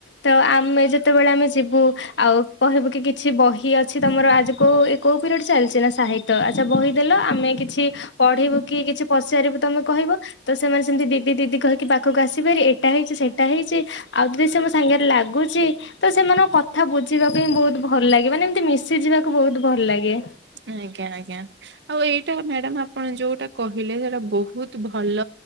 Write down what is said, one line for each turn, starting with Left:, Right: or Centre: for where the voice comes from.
Left: ତ ଆମେ ଯେତେବେଳେ ଆମେ ଯୁ ଆଉ କହିବୁ କି କିଛି ବହି ଅଛି ତମର ଆଜି କୋ କୋଉ ପିରି ଚାଲିଛି ନା ସାହିତ ତ ଆଚ୍ଛା ବହିଦେଲ ଆମେ କିଛି ପଢେଇିବୁ କି କିଛି ପଚାରିବୁ ତମେ କହିବ ତ ସେମାନେ ସେମିତି ି ଦିଦି କହିକି ପାଖକୁ ଆସି ପାରି ଏଇଟା ହେଇଛି ସେଇଟା ହେଇଛି ଆଉ ଯଦି ସେ ସାଙ୍ଗରେ ଲାଗୁଛି ତ ମାନଙ୍କ କଥା ବୁଝିବାକୁ ହିଁ ବହୁତ ଭଲ ଲାଗେ ମାନେ ଏମତି ମିଶି ଯିବାକୁ ବହୁତ ଭଲ ଲାଗେ
Right: ଆଜ୍ଞା ଆଜ୍ଞା ଆଉ ଏଇଟା ମ୍ୟାଡାାମ ଆପଣ ଯୋଉଟା କହିଲେ ସେଟା ବହୁତ ଭଲ